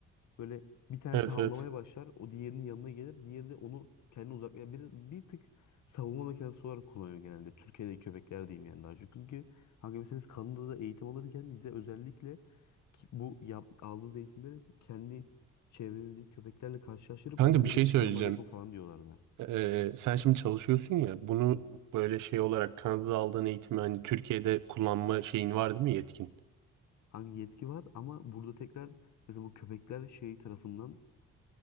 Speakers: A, on the left (about 70°); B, on the right (about 85°).
A: Böyle bir tanesi
B: Evet
A: havlamaya
B: evet.
A: başlar. O diğerinin yanına gelir. Diğeri de onu kendine uzaklayar. Bir, bir tık savunma mekanizması olarak kullanıyor genelde. Türkiye'deki köpekler diyeyim yani daha çok. Çünkü hangi mesela biz Kanada'da eğitim alırken bize özellikle ki bu yap, aldığınız eğitimleri kendi çevrenizdeki köpeklerle karşılaştırıp
B: Kanka
A: ona göre
B: bir şey
A: çıkarma
B: söyleyeceğim.
A: depo falan diyorlardı
B: Ee, sen şimdi çalışıyorsun ya bunu
A: Hı hı.
B: böyle şey olarak Kanada'da aldığın eğitimi hani Türkiye'de kullanma şeyin var değil mi yetkin?
A: hangi yetki var ama burada tekrar mesela bu köpekler şey tarafından